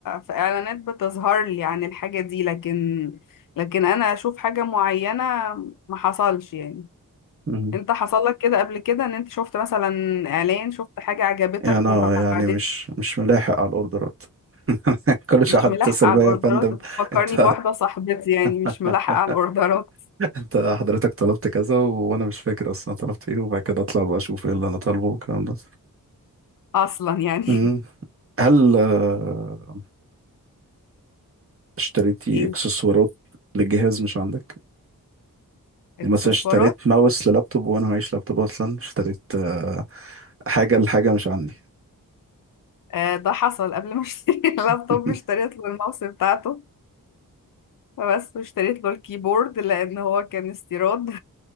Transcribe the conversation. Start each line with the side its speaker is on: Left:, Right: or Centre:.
Left: فاعلانات بتظهر لي عن الحاجة دي لكن لكن انا اشوف حاجة معينة ما حصلش يعني
Right: مم.
Left: انت حصل لك كده قبل كده ان انت شفت مثلا اعلان شفت حاجة عجبتك
Right: يعني انا
Left: وبعدين
Right: يعني مش مش ملاحق على الاوردرات <laughs> كل شويه
Left: مش
Right: حد
Left: ملاحقة
Right: يتصل
Left: على
Right: بيا
Left: الاوردرات
Right: يا فندم
Left: فكرني
Right: انت
Left: بواحدة صاحبتي يعني
Right: <laughs>
Left: مش ملاحقة على الاوردرات
Right: انت حضرتك طلبت كذا وانا مش فاكر اصلا طلبت ايه وبعد كده اطلع بقى اشوف ايه اللي انا طالبه والكلام ده
Left: اصلا يعني
Right: مم. هل آه، اشتريتي
Left: <laughs> ايه
Right: اكسسوارات للجهاز مش عندك
Left: اكسسوارات
Right: يعني مثلا اشتريت ماوس للابتوب وانا معيش لابتوب اصلا اشتريت آه، حاجه لحاجه مش عندي
Left: آه ده حصل قبل ما <laughs> اشتري اللابتوب
Right: <laughs>
Left: اشتريت له الماوس بتاعته فبس اشتريت له الكيبورد لان هو كان استيراد